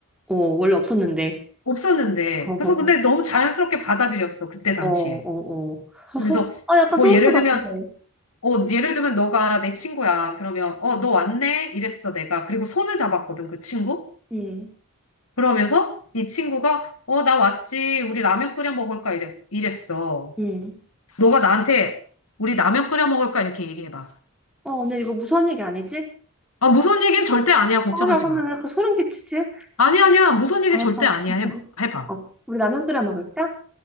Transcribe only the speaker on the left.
없었는데.
그래서 근데 너무 자연스럽게 받아들였어, 그때 당시에.
그래서
뭐
예를
들면, 어, 예를 들면 너가 내 친구야. 그러면, 어,
너 왔네? 이랬어, 내가. 그리고 손을 잡았거든, 그 친구.
그러면서 이 친구가, 어, 나 왔지. 우리 라면 끓여 먹을까? 이랬, 이랬어.
너가 나한테 우리 라면 끓여 먹을까? 이렇게 얘기해봐.
아, 무서운 얘기는 절대 아니야. 걱정하지
마.
아니야, 아니야. 무서운 얘기
절대
아니야. 해, 해봐.